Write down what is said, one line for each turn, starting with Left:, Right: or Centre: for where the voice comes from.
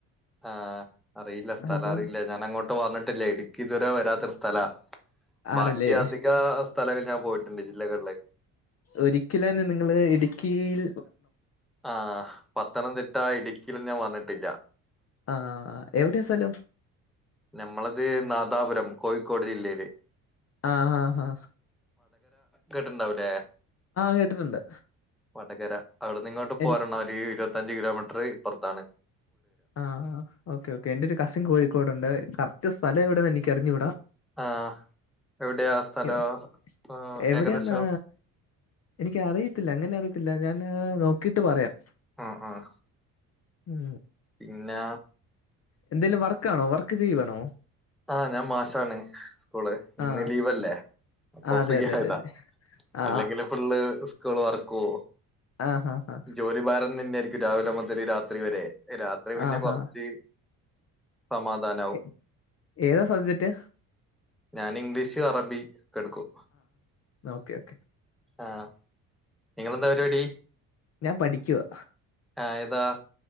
Centre: ആഹ് അറിയില്ല സ്ഥലറിയില്ല
Left: അപ്പം
Centre: ഞാൻ അങ്ങോട്ട് വന്നിട്ടില്ലേ ഇടുക്കിതുവരെ വരാത്തൊരു സ്ഥലാ
Left: ആണല്ലേ
Centre: ബാക്കി അധികാ സ്ഥലങ്ങൾ ഞാൻ പോയിട്ടുണ്ട് ജില്ലകള്ള്
Left: ഒരിക്കല് അന്നെ നിങ്ങള് ഇടുക്കീൽ
Centre: ആഹ് പത്തനംതിട്ട ഇടുക്കിലൊന്ന് ഞാൻ വന്നട്ടില്ല
Left: ആഹ് എവിടെയാ സലം
Centre: ഞമ്മളത് നാദാപുരം കോഴിക്കോട് ജില്ലേല്
Left: ആഹാഹാ
Centre: കേട്ടിണ്ടാവൂല്ലേ
Left: കേട്ടിട്ടുണ്ട്
Centre: വടകര അവിടന്നിങ്ങോട്ട്
Left: എൻ
Centre: പോരണം ഒരു ഇരുവത് ത്തഞ്ച് കിലോമീറ്റർ ഇപ്പറത്താണ്
Left: ആഹ് ആഹ് ഓക്കെ ഓക്കെ എൻ്റൊരു കസിൻ കോഴിക്കോടൊണ്ട് കറക്റ്റ് സ്ഥല എവിടേന്നെനിക്കറിഞ്ഞൂടാ
Centre: ആഹ് എവിടെയാ സ്ഥലോ
Left: എവ്
Centre: ഉം
Left: എവിടെയാന്ന്
Centre: ഏകദേശം
Left: എനിക്ക് അറിയത്തില്ല അങ്ങനെ അറിയത്തില്ല ഞാന് നോക്കീട്ട് പറയാം
Centre: ആഹ് ആഹ്
Left: ഉം
Centre: പിന്നെ
Left: എന്തേങ്കലും വർക്ക് ആണോ വർക്ക് ചെയ്യുവാണോ
Centre: ആഹ ഞാൻ മാഷാണ് സ്കൂള് ഇന്ന്
Left: ആ
Centre: ലീവ് അല്ലേ അപ്പൊ
Left: ആ അതെ
Centre: ഫ്രീ
Left: അതെ
Centre: ആയതാ
Left: അതെ അതെ ആ
Centre: അല്ലെങ്കില് ഫുള്ള് സ്കൂള് വർക്കും
Left: ആ ആ ആ
Centre: ജോലി ഭാരം തന്നൊയായിരിക്കും രാവിലെ മുതൽ രാത്രി വരെ രാത്രി പിന്നെ
Left: ആ
Centre: കൊറച്ച്
Left: ആ
Centre: സമാധാനാവും
Left: എ- ഏതാ സബ്ജക്റ്റ്
Centre: ഞാൻ ഇംഗ്ലീഷ് അറബി ഒക്കെ എടുക്കും
Left: ഓക്കേ ഓക്കേ
Centre: ആഹ നിങ്ങളെന്താ പരിപാടി
Left: ഞാൻ പഠിക്കുവാ
Centre: ആ ഏതാ